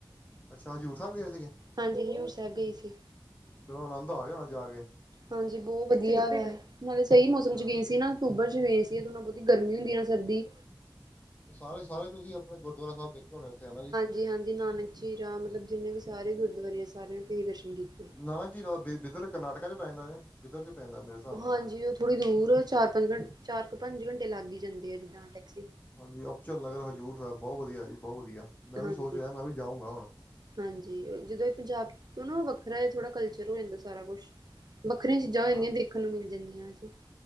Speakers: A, on the left; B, on the right.
A: ਅੱਛਾ ਹਜ਼ੂਰ ਸਾਹਿਬ ਗਏ ਸੀਗੇ
B: ਹਾਂਜੀ ਹਜ਼ੂਰ ਸਾਹਿਬ ਗਏ ਸੀ।
A: ਚਲੋ ਆਨੰਦ ਆ ਗਿਆ ਹੁਣਾ ਜਾ ਕੇ।
B: ਹਾਂਜੀ ਬਹੁਤ ਵਧੀਆ ਵਾ ਨਾਲੇ ਸਹੀ ਮੌਸਮ
A: ਹਾਂ
B: ਚ ਗਏ ਸੀ ਨਾ। ਅਕਤੂਬਰ ਚ ਗਏ ਸੀ ਓਦੋਂ ਨਾ ਬਹੁਤੀ ਗਰਮੀ ਹੁੰਦੀ ਨਾ ਸਰਦੀ।
A: ਸਾਰੇ ਸਾਰੇ ਤੁਸੀਂ ਆਪਣੇ ਗੁਰਦੁਆਰਾ ਸਾਹਿਬ ਦੇੇਖੇ ਹੋਣੇ ਉੱਥੇ ਹੈਨਾ ਜੀ।
B: ਜੀ ਹਾਂਜੀ ਨਾਨਕ ਜੀ ਰਾਮ ਮਤਲਬ ਜਿੰਨੇ ਵੀ ਸਾਰੇ ਗੁਰਦੁਆਰੇ ਆ ਸਾਰਿਆਂ ਦੇ ਦਰਸ਼ਨ ਕੀਤੇ।
A: ਨਾਨਕ ਜੀਰਾ ਬਿੱਧਰ ਕਰਨਾਟਕਾ ਚ ਪੈਂ ਜਾਂਦਾ ਨੇ ਬਿੱਧਰ ਚ ਪੈਂਦਾ। ਹਿਸਾਬ
B: ਹਾਂਜੀ
A: ਨਾਲ ਨਾ
B: ਉਹ ਥੋੜ੍ਹੀ ਦੂਰ ਚਾਰ ਪੰਜ ਘੰਟ ਚਾਰ ਕੁ ਪੰਜ ਘੰਟੇ ਲੱਗ ਹੀ ਜਾਂਦੇ ਆ ਜਿੱਦਾਂ ਟੈਕ।
A: ਹਾਂਜੀ ਅਪਚਲ ਨਗਰ ਹਜ਼ੂਰ ਸਾਹਿਬ ਬਹੁਤ ਵਧੀਆ ਜੀ ਬਹੁਤ ਵਧੀਆ ਮੈਂ ਵੀ
B: ਹਾਂਜੀ
A: ਸੋਚ ਰਿਹਾ ਮੈਂ ਵੀ ਜਾਊਂਗਾ ਹੁਣ।
B: ਹਾਂਜੀ ਜਦੋਂ ਇਹ ਪੰਜਾਬ ਤੋਂ ਨਾ ਵੱਖਰਾ ਜਾਂ ਥੋੜਾ ਕਲਚਰ ਹੋ ਜਾਂਦਾ ਸੀ। ਸਾਰਾ ਕੁੱਛ ਵੱਖਰੀਆਂ ਚੀਜ਼ਾਂ ਹੋ ਜਾਂਦੀਆਂ
A: ਹਾਂ
B: ਦੇਖਣ ਨੂੰ ਮਿਲ ਜਾਂਦੀਆਂ ਜੀ।